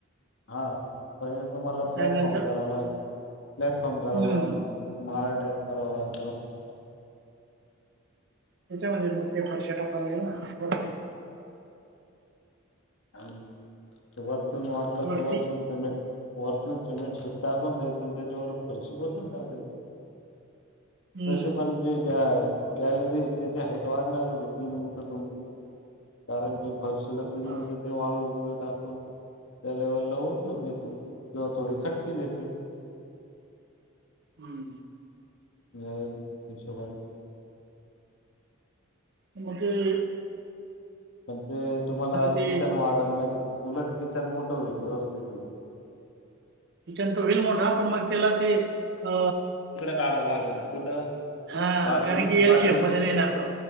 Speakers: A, on the left (about 75°); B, on the right (about 55°).
A: हा पहिले तुम्हाला प्लॅटफॉर्म
B: चॅनलचं
A: कराव लागेल प्लॅटफॉर्म करावला
B: हम्म
A: लागेल. माळा टाईप कराव <unintelligible>
B: याच्या मग पेपर शीट आणावं लागील ना.
A: आणि त वरचून वाटलं
B: वरती
A: तर वरच तुम्ही वरतून सिमेंट फिट टाकून द्यायच आणि त्याच्यावर फरशी बसून टाकायच.
B: हम्म
A: जसे पण जे. त्या गॅलरी तिची हाईट वाढणारच आहे तीन इंच तुमची. कारण की फरशीला तीन
B: हां
A: इंच तर ते वाळू बीळू टाकून. त्या लेवला उचलून देतील किंवा थोडी खटकी देतील.
B: हम्म
A: या हिशोबानी.
B: हम.
A: पण ते तुम्हाला
B: ते
A: किचन वाढन माहिती उलट किचन मोठं होईल व्यवस्थित होईल.
B: किचन त होईल मोठा पण मग त्याला ते अ
A: काढाव लागेल कुठं?
B: हां,
A: बाथरूम,
B: कारण की एल
A: बाथरूमच्या
B: शेपमध्ये नाही येणार तो.